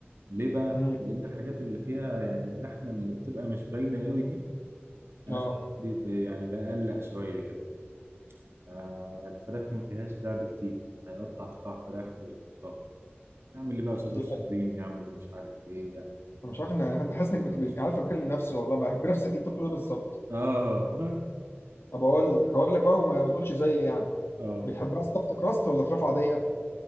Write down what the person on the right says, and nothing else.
ليه بقى
لان الحاجات اللي فيها يعني اللحمه اللي بتبقى مش باينه قوي دي انا
ساعات بي- بي- يعني بقلق شويه كده آه، الفراخ ما فيهاش لعب كتير هيقطع قطع فراخ ويحطها يعمل لي بقى سوبر
سوبريم
يعمل مش عارف ايه يعمل
تشيكن
رانش
اه <laughs>
اه